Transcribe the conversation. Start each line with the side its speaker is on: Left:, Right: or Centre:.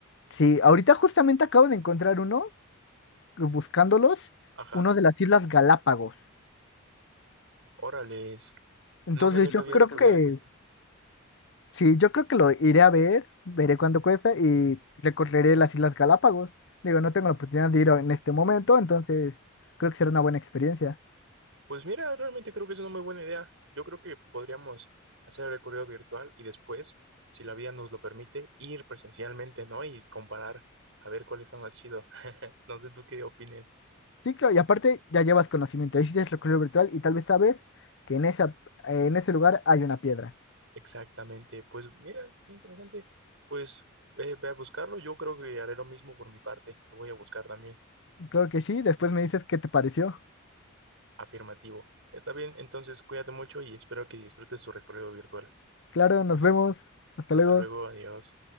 Left: Sí, ahorita justamente acabo de encontrar uno, eh, buscándolos,
Right: Ajá.
Left: uno de las Islas Galápagos.
Right: Órales.
Left: Entonces
Right: No sabía
Left: yo
Right: que había
Left: creo
Right: recorrido
Left: que,
Right: virtual.
Left: sí, yo creo que lo iré a ver, veré cuánto cuesta y recorreré las Islas Galápagos. Digo, no tengo la oportunidad de ir en este momento, entonces creo que será una buena experiencia.
Right: Pues mira, realmente creo que es una muy buena idea. Yo creo que podríamos hacer el recorrido virtual y después, si la vida nos lo permite, ir presencialmente, ¿no? Y comparar a ver cuál está más chido. <laughs> No sé tú qué opines.
Left: Sí, claro, y aparte ya llevas conocimiento, hiciste el recorrido virtual y tal vez sabes que en esa, en ese lugar hay una piedra.
Right: Exactamente, pues mira, qué interesante. Pues eh, ve a buscarlo, yo creo que haré lo mismo por mi parte, lo voy a buscar también.
Left: Claro que sí, después me dices qué te pareció.
Right: Afirmativo. Está bien, entonces cuídate mucho y espero que disfrutes tu recorrido virtual.
Left: Claro, nos vemos. Hasta
Right: Hasta
Left: luego.
Right: luego, adiós.